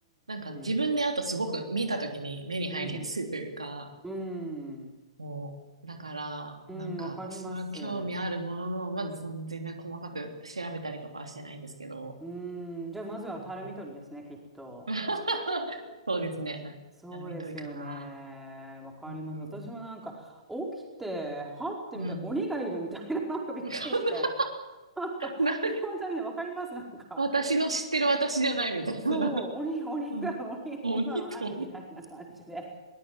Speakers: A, on the right; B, in the centre.
A: なんか自分であとすごく見た時に目に入りやすいというか、
B: んうん。うん。うん。
A: もう、だから、
B: うん、
A: なんか、
B: わかります。
A: その興味あるものの、まずその全然細かく調べたりとかはしてないんですけど、
B: うん。じゃあ、まずはたるみ取りですね、
A: うん
B: きっと。
A: <laughs> そうですね。
B: そうですよね。
A: あの、緑かな。
B: わかります。
A: うん。
B: 私もなんか、起きて、はってみたいな、
A: うん。
B: 鬼がいるみたいな、なんかびっくりして。
A: <laughs> そ
B: なんか、
A: んな、な
B: 本当にね、わかります、なんか。
A: 私の知ってる私じゃないみたいな。
B: そう、鬼、鬼が、
A: うん。
B: 鬼、
A: 鬼と鬼。
B: 今の何みたいな感じで。